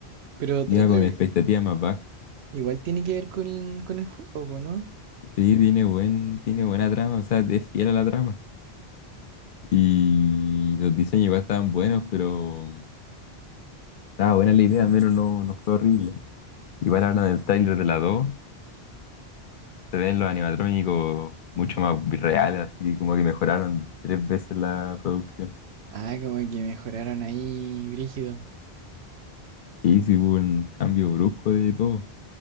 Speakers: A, on the right; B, on the left.
A: Pero
B: Iba
A: trata
B: con
A: que
B: expectativas más bajas.
A: igual tiene que ver con, con el juego, po, ¿no?
B: Sí, tiene buen, tiene buena trama, o sea, es fiel a la trama. Y los diseños igual estaban buenos, pero estaba buena la idea, al menos no, no fue horrible. Igual hablan del tráiler de la 2. Se ven los animatrónicos mucho más reales, así como que mejoraron tres veces la producción.
A: Ah, como que mejoraron ahí, brígido.
B: Sí, sí hubo un cambio brusco de todo.